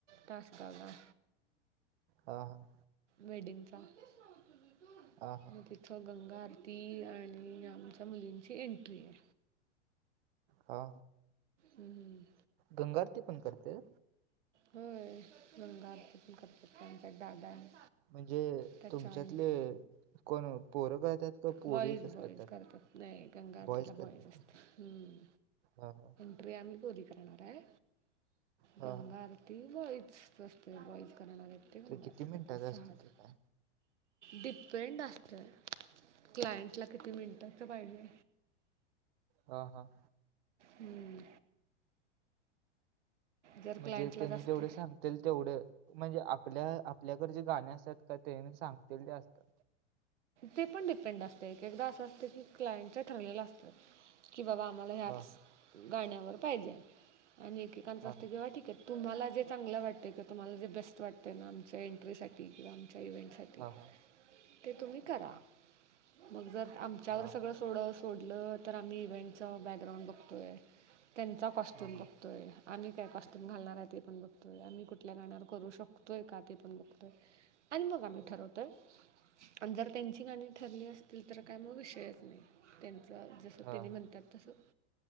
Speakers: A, on the right; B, on the right.
A: तासगावला
B: हा, हा
A: मेडिंगचा <unintelligible>
B: हा हा
A: थं, गंगा आरती आणि आमच्या मुलींची एंट्री आहे.
B: हा
A: हम्म
B: गंगाआरती पण करते?
A: व्हय, गंगाआरती पण करते, ते आमचा दादा आहे
B: म्हणजे,
A: त्याच्या
B: तुमच्यातले
A: आंट
B: कोण, पोरं करत्यात का पोरीस
A: बॉईज
B: असतात
A: बॉईज
B: त्यात?
A: करतात नाही, गंगाआरतीला
B: बॉईज करतात
A: बॉयच असता, हम्म
B: हा, हा
A: प्रिया आम्ही पोरी करणार हाय,
B: हा
A: गंगाआर
B: हा
A: ती बॉईजच असते, बॉईज करणार आहेत ते गंगाआरती
B: किती मिनिटाचं
A: करता, सहाचा
B: असतं ते काय
A: डिपेंड असतं, क्लायंटला किती मिनटाचं पाहिजे?
B: हा, हा
A: हम्म जर
B: म्हणजे,
A: क्लायंटला
B: कोणी
A: जास्त
B: तेवढं सांग? तील तेवढं, म्हणजे आपल्या -आपल्याकडे जे गाणे असतात का, तेनी सांगतील ते असतात?
A: ते पण, डिपेंड असतंय, एक एकदा असं असतं की, क्लायंटच ठरलेलं असतं, की बाबा मला ह्याच
B: हा
A: गाण्यावर पाहिजे आणि एकेकांचं
B: हा
A: असतंय तेंव्हा ठीक आहे तुम्हाला जे चांगलं वाटतंय का? तुम्हाला जे बेस्ट वाटते ना, आमच्या एंट्रीसाठी किंवा आमच्या इव्हेंटसाठी ठीक
B: हा हा हा
A: ते तुम्ही करा, मग जर, आमच्यावर
B: हा
A: सगळं एवढं सोडलं, तर आम्ही इव्हेंट चा बॅकग्राऊंड बघतोय, त्यांचा कॉस्ट्यूम
B: हा
A: बघतोय आम्ही काय, कॉस्ट्युम घालणार हाय, ते पण बघतोय, आम्ही कुठल्या, गाण्यावर करू शकतोय का, ते पण बघतोय? आणि मग आम्ही ठरवतोय, पण जर त्यांची गाणी, ठरली असतील, तर काय मग विषयच नाही. त्यांच, जसं
B: हा
A: त्यांनी
B: हा
A: म्हणत्यात, तसं